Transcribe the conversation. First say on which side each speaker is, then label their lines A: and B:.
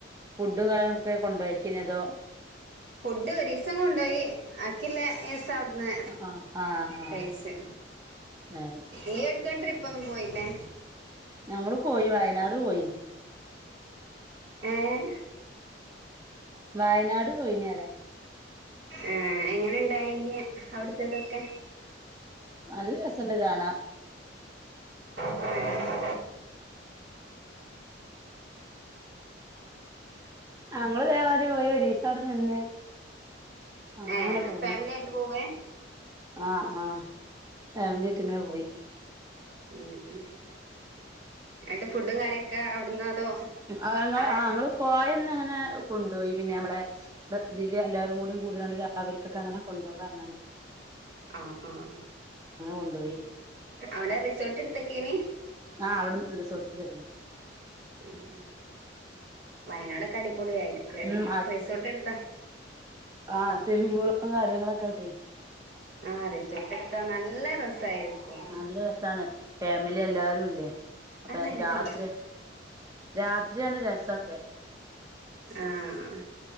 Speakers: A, on the right; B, on the right.
A: ഫുഡും കാര് ഒക്കെ കൊണ്ടേയിക്കേനിയേ അതോ
B: ഫുഡ് ഒീരീസം കൊണ്ടോയി അക്കിള്ള ത്തഒട്ന്ന്
A: ആഹ് ആഹ് ആഹ്
B: തയ്ച്ച്
A: അത് ശരി
B: ഇയ ക്കാൻ ട്രിപ്പ് ഒന്നും പോയില്ലേ?
A: ഞങ്ങള് പോയി വയനാട് പോയിനി.
B: ഏഹ്
A: വയനാട് പോയിനി റ്യ.
B: ഏഹ് എങ്ങനെ ണ്ടായിനി അഒട്ത്തതൊക്കെ?
A: നല്ല രസണ്ട് കാണാ.
B: ഉ....
A: ഞങ്ങള് ദേ മാരി പോയി ഒരീസഒടെ നിന്ന്. അങ്ങനാണ്ട്
B: ഏ
A: പോന്ന്.
B: ഫാമിലി ആയിട്ട് പോവേ
A: ആഹ് ആഹ് ഫാമിലി ആയിട്ട് ങ്ങനെ പോയി.
B: ഹേ ഹേ ഏണ്ട് ഫുഡും കാര്യൊക്കെ അഒട്ന്ന അതോ?
A: അഹ് <unintelligible>
B: അവിടെ
A: ങ്ങള് പോയന്ന് അങ്ങനെ കൊണ്ടോയി. പിന്നെ നമ്മളെ ഇതില് എല്ലാരും കൂടി കൂടിയാണ്ട് രാവിലക്കൊക്കെ അങ്ങനെ കൊണ്ടോവാ ർഞ്ഞാണ്ട്.
B: ആഹ് ആഹ്
A: കൊണ്ടുപോയി
B: അഒടെ റിസോർട്ട് ട്ത്തക്കെനി?
A: ആഹ് അഒട് റിസോർട്ടിട്ട് ക്കേനി.
B: <unintelligible> വയനാട് അടിപൊളിയിരിക്കുല്ലോ
A: ഉം
B: റിസോർട്ട് ട്ത്താ.
A: ആഹ് സിമ്മിങ് പൂള് കാര്യങ്ങളൊക്കെട്ടെ
B: ആഹ് റിസോട്ടട്ത്താ നല്ല രസായിരിക്കും.
A: നല്ല രസാണ് ഫാമിലി എല്ലാരും ല്ലേ. അപ്പ
B: അത് നല്ലതല്ല
A: രാത്രി രാത്രിയാണ് രസക്കെ.
B: ആഹ്